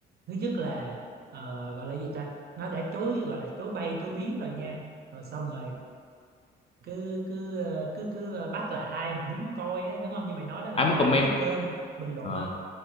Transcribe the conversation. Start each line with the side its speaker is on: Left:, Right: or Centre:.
Right: thứ nhất là ờ, gọi là gì ta nó đã chối gọi là chối bay chối biến rồi nha rồi xong rồi cứ cứ ờ, cứ cứ ờ, bắt là ai mà muốn coi á đúng không như mày nói đó là
Left: ai muốn
Right: phải
Left: comment
Right: đăng ký kênh bình luận
Left: Ờ.
Right: ờ,